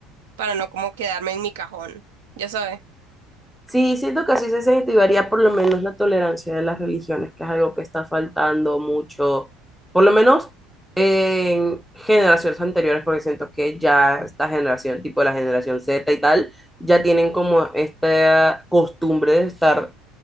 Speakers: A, on the right; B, in the centre.
A: para no como quedarme en mi cajón, ya sabes.
B: Sí, siento que así se incentivaría por lo menos la tolerancia de las religiones, que es algo que está faltando mucho, por lo menos en generaciones anteriores, porque siento que ya esta generación, tipo la generación Z y tal, ya tienen como esta costumbre de estar